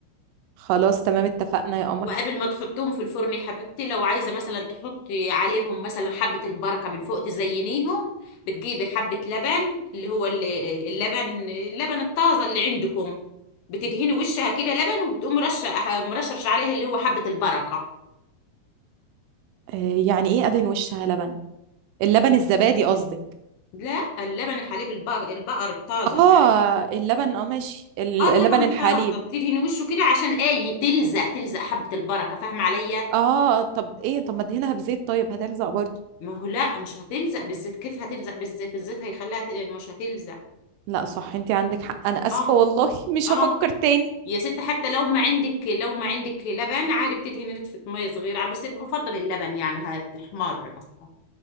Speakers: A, on the right; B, on the left.
A: خلاص تمام اتفقنا يا قمر
B: وقبل ما تحطهم في الفرن يا حبيبتي لو عايزه مثلا تحطي عليهم مثلا حبه البركه من فوق تزينيهم بتجيبي حبه لبن اللي هو ال- اللبن اللبن الطازه اللي عندكم بتدهني وشها كده لبن وبتقوم رشه مرشرش عليه اللي هو حبه البركه
A: آه يعني ايه ادهن وشها لبن اللبن الزبادي قصدك
B: لا اللبن الحليب البقر, البقر الطازه
A: اه
B: هذا
A: اللبن اه ماشي ال-
B: اه اللبن
A: اللبن
B: الطازه
A: الحليب
B: بتدهني وشه كده عشان ايه تلزق تلزق حبه البركه فاهمه عليا
A: اه طب ايه طب ما ادهنها بزيت طيب هتلزق برضه
B: ما هو لا مش هتلزق بالزيت كيف هتلزق بالزيت الزيت هيخليها ت- مش هتلزق
A: لا صح انت عندك حق انا اسفة
B: اه
A: والله مش
B: اه
A: هفكر تاني
B: يا ست حتى لو ما عندك لو ما عندك لبن عادي بتدهني نتفة مية صغيرة عادي، بس بفضل اللبن يعني هتحمر أصلا